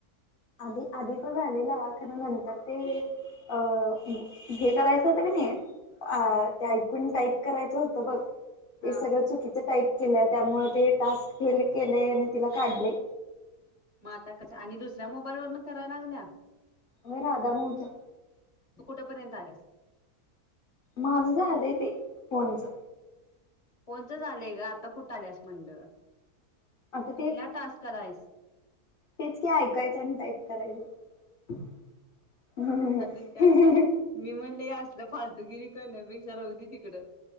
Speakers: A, on the left; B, on the left.
A: आधी आधीच झालेलं. खर नंतर ते अ हे करायचं होत ना.
B: काय
A: ते ऐकून टाईप करायचं होत बघ ते
B: हा
A: सगळं चुकीच टाइप केल्या त्यामुळे ते टास्क फेल केले आणि तिला काढले.
B: मग आता कस? आणि दुसऱ्या मोबाईल वरन करायला लागल्या.
A: अ राधा मोूहचा
B: तू कुठपर्यंत आलास.
A: माझं झा झालंय ते फोनचं.
B: कोणच झालंय ग? आता कुठ आल्यास मंड
A: आता
B: कुठल्या
A: ते
B: टास्काला आहेस?
A: तेच का ऐकायचं आणि टाईप करायचं. हम्म
B: अजून त्यात
A: ह!
B: ते मी म्हणलं हे फालतुगिरी करण्यापेक्षा राहू दे तिकडं.